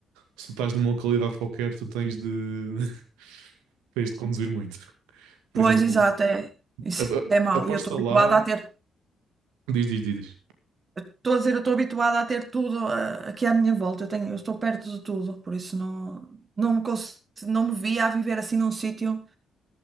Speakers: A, on the right; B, on the right.
A: se tu estás numa localidade qualquer, tu tens de, <laughs> tens de conduzir muito. Por
B: Pois,
A: exemplo,
B: exato, é, isso
A: a, a-
B: é mau.
A: aposta
B: Eu estou habituada
A: lá.
B: a ter,
A: Diz, diz, diz, diz.
B: estou a dizer, eu estou habituada a ter tudo ah, aqui à minha volta. Eu tenho, eu estou perto de tudo, por isso não, não me, cons- não me via a viver assim num sítio